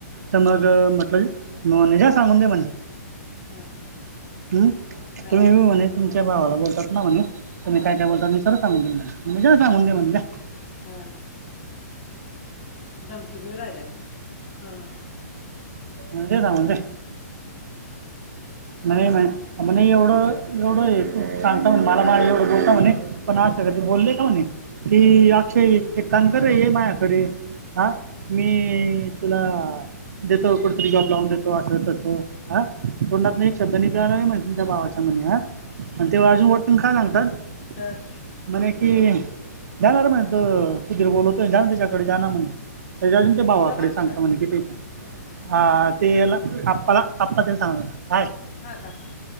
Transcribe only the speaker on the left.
हा
हा.
हा
हा
हा
हा. धमकी देऊ राहिलाय का हं?
<unintelligible>
तुला म्हणत
होता
हा, का?